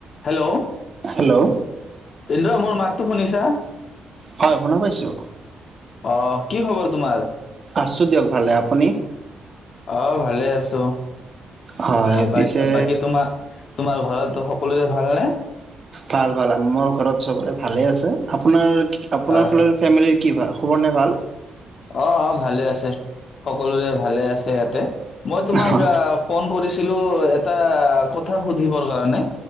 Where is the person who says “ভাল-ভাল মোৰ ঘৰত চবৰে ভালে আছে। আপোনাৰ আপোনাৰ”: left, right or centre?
Right